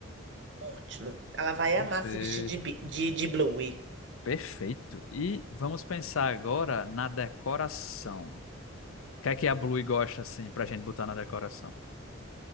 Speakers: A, on the right (about 55°); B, on the left (about 75°).
A: Ótimo. Ela vai
B: Perfeito.
A: amar se vestir de, bi- de, de Bluey.
B: Perfeito. E vamos pensar agora na decoração. O que é que a Blue gosta assim pra gente botar na decoração?